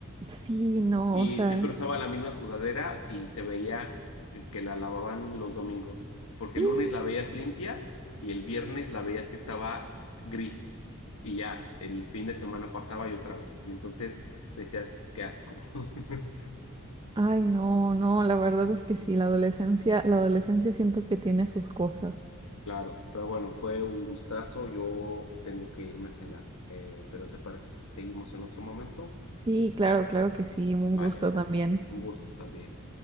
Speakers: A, on the right; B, on the left.
A: Sí, no,
B: Y
A: o sea,
B: siempre usaba la misma sudadera y se veía eh, que la lavaban los domingos, porque
A: mm,
B: el lunes la veías limpia y el viernes la veías que estaba gris y ya el fin de semana pasaba y otra vez. Y entonces decías, qué asco. <laughs>
A: ay, no, no, la verdad es que sí, la adolescencia, la adolescencia siento que tiene sus cosas.
B: Claro, pero bueno, fue un gustazo. Yo tengo que irme a cenar, Eh, pero ¿te parece si seguimos en otro momento?
A: Sí, claro, claro que sí, un gusto
B: Vale, vale.
A: también.
B: Un gusto también.